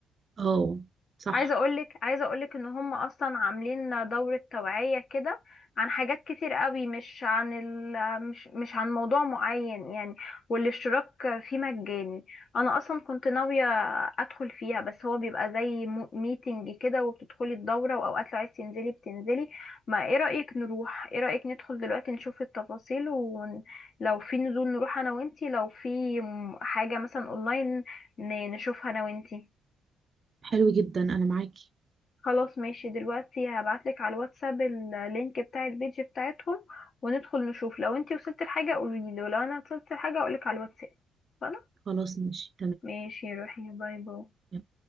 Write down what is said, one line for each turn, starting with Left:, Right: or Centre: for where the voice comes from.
Right: اه صح
Left: عايزه اقولك عايزه اقولك ان هم اصلا عاملين دوره توعيه كده عن حاجات كتير قوي مش عن ال مش مش عن موضوع معين يعني والاشتراك فيه مجاني انا اصلا كنت ناويه ادخل فيها بس هو بيبقى زي ميتنج كده وبتدخلي الدوره واوقات لو عايز تنزلي بتنزلي ما ايه رايك نروح ايه رايك ندخل دلوقتي نشوف التفاصيل ولو في نزول نروح انا وانتي لو في م- حاجه مثلا اونلاين ن- نشوفها انا وانتي
Right: حلو جدا انا معاكي
Left: خلاص ماشي دلوقتي هبعتلك على الواتساب اللينك بتاع البيج بتاعتهم وندخل نشوف لو انتي وصلت لحاجة قوليلي ولو انا وصلت لحاجة اقولك على الواتساب خلاص
Right: خلاص ماشي
Left: ماشي روحي باي باي
Right: تمام